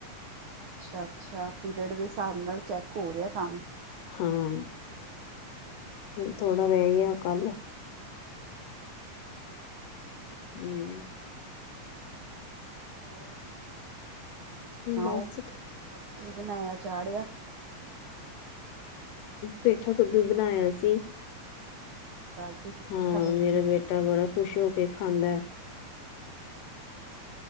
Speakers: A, on the right (about 70°); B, on the left (about 75°).
A: ਅੱਛਾ-ਅੱਛਾ, ਪੀਰੀਅਡ ਦੇ ਹਿਸਾਬ ਨਾਲ ਚੈੱਕ ਹੋ ਰਿਹਾ, ਕੰਮ।
B: ਹੂੰ, ਥੋੜਾ ਰਹਿ ਗਿਆ, ਕੱਲ
A: ਅੱਛਾ, ਅੱਛਾ।
B: ਠੀ
A: ਹੋਰ, ਸੁਣਾਓ?
B: ਬਸ
A: ਅੱਜ ਕੀ ਬਣਾਇਆ, ਚਾੜਿਆ?
B: ਪੇਠਾ, ਕੱਦੂ ਬਣਾਇਆ ਸੀ।
A: ਅੱਛਾ, ਅੱਜ, ਤੁਸੀਂ
B: ਹਾਂ,
A: ਪੇਠਾ ਕੱਦੂ
B: ਮੇਰਾ ਬੇਟਾ ਬੜਾ ਖੁਸ਼ ਹੋਕੇ ਖਾਂਦੈ।
A: ਅੱਛਾ।